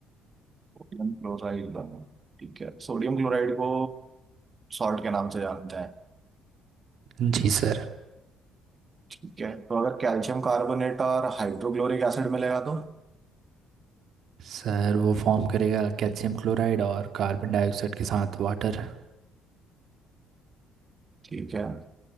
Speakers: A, on the right; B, on the right.
A: सोडियम क्लोराइड बनेगा ठीक है सोडियम क्लोराइड को सॉल्ट के नाम से जानते हैं
B: जी सर
A: ठीक है तो अगर कैल्शियम कार्बोनेट और हाइड्रोक्लोरिक एसिड मिलेगा तो
B: सर वो फॉर्म करेगा कैल्शियम क्लोराइड और कार्बन डाइऑक्साइड के साथ वाटर
A: ठीक है